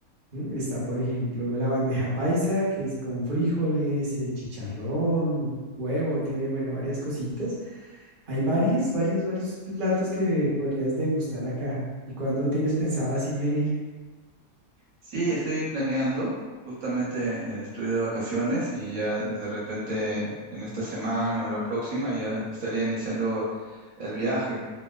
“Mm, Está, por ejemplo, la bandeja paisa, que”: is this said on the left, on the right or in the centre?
Right